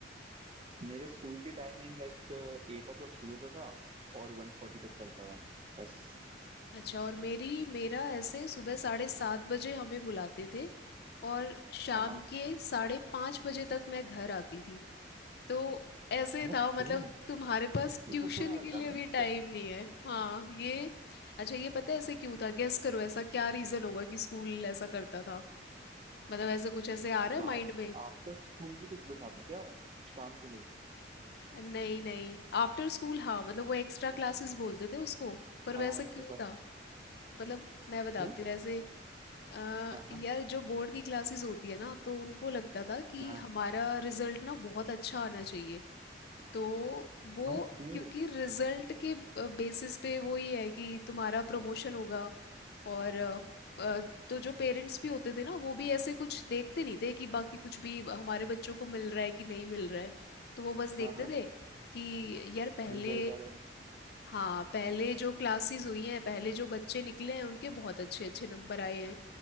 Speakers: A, on the right (about 30°); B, on the left (about 60°).
A: मेरे स्कूल की timing like eight o'clock शुरू होता था और वन फोर्टी तक चलता था बस
B: अच्छा और मेरी मेरा ऐसे सुबह साढ़े सात बजे हमें बुलाते थे और शाम
A: हाँ हाँ
B: के साढ़े पाँच बजे तक मैं घर आती थी तो ऐसे
A: ओके
B: था मतलब तुम्हारे पास
A: ये
B: ट्यूशन
A: तो थोड़ा
B: के
A: ज्यादा
B: लिए भी
A: नहीं क्या
B: टाइम नहीं है हाँ ये अच्छा ये पता है ऐसे क्यों था गेस करो ऐसा क्या रीजन होगा कि स्कूल ऐसा करता था मतलब ऐसे कुछ ऐसे आ रहा है
A: बात
B: माइंड में
A: आफ्टर स्कूल भी कुछ बिठाता क्या कुछ काम के
B: नहीं नहीं आफ्टर स्कूल हाँ मतलब वो एक्स्ट्रा क्लासेस
A: लिए
B: बोलते थे उसको पर
A: हाँ
B: वैसा
A: हाँ एक्स्ट्रा
B: क्यों
A: क्लास
B: था मतलब मैं बताती
A: क्यों
B: हूँ ऐसे अ,
A: हाँ हाँ
B: यार जो बोर्ड की क्लासेस होती है ना तो उनको लगता था कि
A: हाँ
B: हमारा रिजल्ट ना बहुत अच्छा आना चाहिए तो वो
A: ओके
B: क्योंकि रिजल्ट के बेसिस पे वो ही है कि तुम्हारा प्रमोशन होगा और अ, अ, तो जो पेरेंट्स भी होते थे ना वो भी ऐसे कुछ देखते नहीं थे कि बाकी कुछ भी हमारे बच्चों को मिल रहा है कि नहीं मिल रहा है तो वो बस देखते
A: हाँ हाँ
B: थे कि यार पहले
A: रिजल्ट आ रहा है
B: हाँ पहले जो क्लासेस हुई हैं पहले जो बच्चे निकले हैं उनके बहुत अच्छे अच्छे नंबर आए हैं